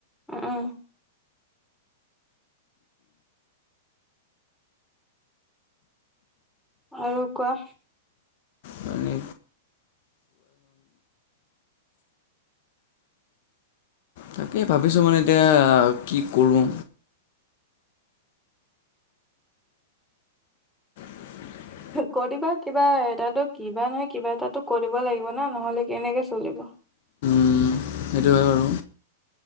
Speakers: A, in the centre; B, on the left.
A: অ অ আৰু কোৱা
B: মানে তাকে ভাবিছোঁ মানে এতিয়া কি কৰোঁ <inaudible>
A: কৈ দিবা কিবা এটাতো কিবা নহয় কিবা এটাতো কৰিব লাগিব না নহলে কেনেকে চলিব
B: উম সেইটো হয় বাৰু